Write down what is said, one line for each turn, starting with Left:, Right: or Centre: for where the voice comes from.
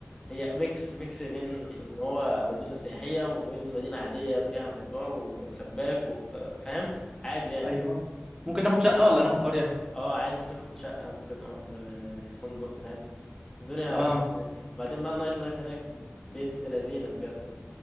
Left: هي ميكس ميكس بين ان هو مدينة سياحية وبين مدينة عادية فيها نجار وسباك وفاهم عادي يعني
Right: ايوه ممكن ناخد شقه ولا هناخد قريه
Left: اه عادي ممكن ناخد شقة ممكن نقف في في فندق فاهم الدنيا
Right: اه
Left: بيس هناك وبعدين بقى النايت لايف هناك بنت لذينة بجد